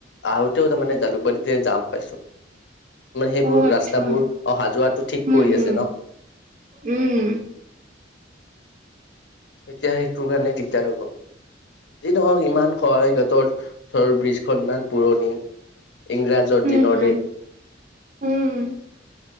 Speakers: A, on the left; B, on the right.
A: আহোত- তেও তামানে জালুকবাৰীতে যাম পাইছো। নে সেইবোৰ
B: অ', আচ্ছা,
A: ৰাস্তাবোৰ অহা যোৱাটো ঠিক
B: উম,
A: কৰি
B: হুম,
A: আছে ন।
B: উম,
A: এতিয়া সেইটোৰ কাৰণে দিগদাৰ হব। যি নহওক ইমান শৰাইঘাটৰ ধৰ ব্ৰীজখন ইমান পুৰণি ইংৰাজ- য'ত
B: হুম,
A: দিনৰদেই-
B: হুম, উম,